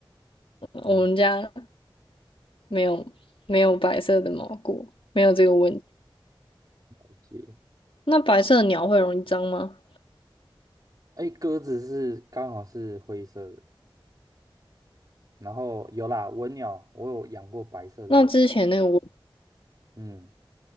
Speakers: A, on the right; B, on the left.
A: 哦，
B: 我们家没有没有白色的毛菇，没有这个问题。
A: 了解。
B: 那白色的鸟会容易脏吗？
A: 哎，鸽子是刚好是灰色的，然后有啦，文鸟，我有养过白色的文。
B: 那之前那个文，
A: 嗯。